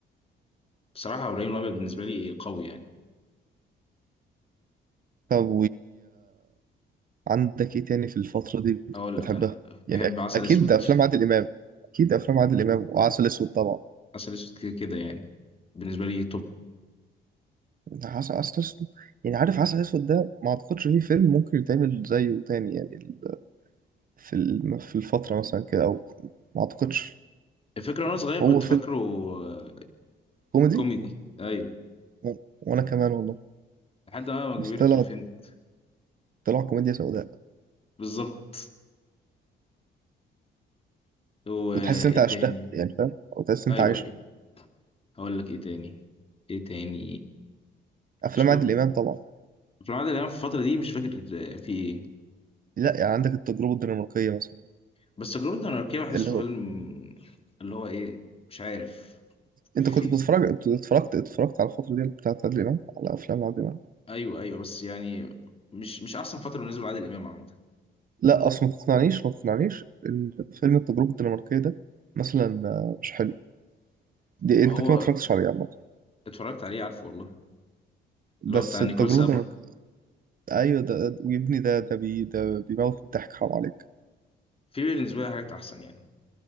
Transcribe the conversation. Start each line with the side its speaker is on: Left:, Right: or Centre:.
Left: بصراحة إبراهيم الأبيض بالنسبة لي قوي يعني
Right: طب عندك ايه تاني في الفترة دي
Left: أقول
Right: بتحبها
Left: لك أنا
Right: يعني
Left: بحب
Right: أك...
Left: عسل
Right: اكيد
Left: أسود
Right: افلام عادل امام اكيد افلام عادل امام وعسل اسود طبعا
Left: عسل أسود كده كده يعني بالنسبة لي توب
Right: عسل عسل اسود يعني عارف عسل اسود ده ما اعتقدش فيه فيلم ممكن يتعمل زيه تاني يعني ال- في الم- في الفترة مثلا كده او ما اعتقدش
Left: الفكرة وأنا صغير كنت
Right: هو فيلم
Left: فاكره آه،
Right: كوميدي
Left: كوميدي أيوه
Right: و... وانا كمان والله
Left: لحد ما ما
Right: بس
Left: كبرت
Right: طلع
Left: وفهمت
Right: طلع كوميديا سوداء
Left: بالظبط وإيه
Right: وتحس إن انت عشتها
Left: تاني
Right: يعني فاهم او تحس إن
Left: أيوه
Right: انت عايشها
Left: أيوه هقول لك إيه تاني إيه تاني
Right: افلام
Left: مفيش حاجة
Right: عادل
Left: في
Right: امام طبعا
Left: في العادة اللي أنا في الفترة دي مش فاكر آه، في إيه
Right: لا يعني عندك التجربة الدنماركية مثلا
Left: بس تجربة الأناركية بحسه
Right: اللي هو
Left: فيلم اللي هو إيه مش عارف في
Right: انت كنت بتتفرج اتفرجت اتفرجت على الفترة دي بتاعت عادل امام على افلام عادل امام
Left: ايوه ايوه بس يعني مش مش احسن فتره بالنسبه لعادل امام عامه
Right: لا اصل ما تقنعنيش ما تقنعنيش ان فيلم التجربة الدنماركية ده مثلا آه، مش حلو دي
Left: ما
Right: انت
Left: هو
Right: كده ما اتفرجتش عليه عامة
Left: اتفرجت عليه عارفه والله
Right: بس
Left: اللي هو بتاع نيكول
Right: التجربة
Left: سابا
Right: الدنماركية ايوه ده ده- ويبني ده ده بي ده بيموت من الضحك حرام عليك
Left: في بالنسبه لي حاجات احسن يعني